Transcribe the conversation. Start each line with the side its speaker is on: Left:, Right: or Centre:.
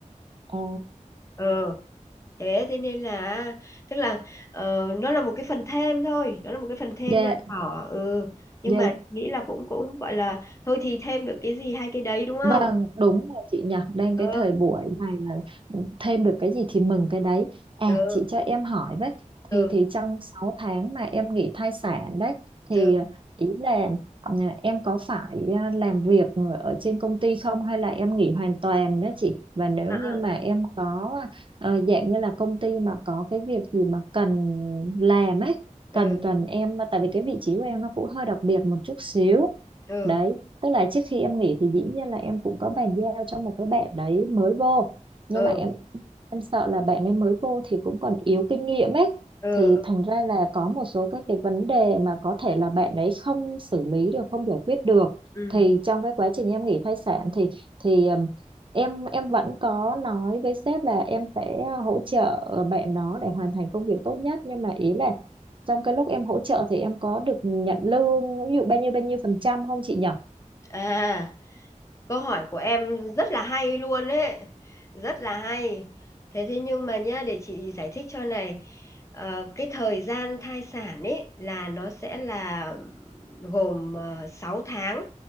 Right: ồ
Left: Ờ thế thế nên là tức là ờ, nó là một cái phần thêm thôi nó là một cái phần thêm
Right: dạ
Left: nho nhỏ ừ nhưng
Right: dạ
Left: mà nghĩ là cũng cũng gọi là thôi thì thêm được cái gì hai cái đấy đúng không
Right: Vâng, đúng rồi chị nhỉ, đang
Left: ừ
Right: cái thời buổi này mà ừ, thêm được cái gì thì mừng cái đấy. À,
Left: ừ
Right: chị cho em hỏi với, thì
Left: ừ
Right: thì trong 6 tháng mà em nghỉ thai sản đấy, thì
Left: ừ
Right: ý là ừ, em có phải à, làm việc ở trên công ty không hay là em nghỉ hoàn toàn đó chị? Và nếu
Left: à, à,
Right: như mà em có ờ, dạng như là công ty mà có cái việc gì mà cần làm ấy, cần
Left: ừ
Right: cần em, tại vì cái vị trí của em nó cũng hơi đặc biệt một chút xíu
Left: ừ
Right: đấy tức là trước khi em nghỉ thì dĩ nhiên là em cũng có bàn giao cho một cái bạn đấy mới vô nhưng
Left: ừ
Right: mà em em sợ là bạn ấy mới vô thì cũng còn yếu kinh nghiệm ấy
Left: ừ
Right: thì
Left: ừ
Right: thành ra là có một số các cái vấn đề mà có thể là bạn ấy không xử lý được không giải quyết được
Left: ừ.
Right: thì trong cái quá trình em nghỉ thai sản thì thì ừm, em em vẫn có nói với sếp là em sẽ hỗ trợ bạn đó để hoàn thành công việc tốt nhất nhưng mà ý là trong cái lúc em hỗ trợ thì em có được nhận lương ví dụ bao nhiêu bao nhiêu phần trăm không chị nhỉ?
Left: à câu hỏi của em rất là hay luôn đấy rất là hay thế thế nhưng mà nhá để chị giải thích cho này Ờ, cái thời gian thai sản ấy là nó sẽ là gồm uh, 6 tháng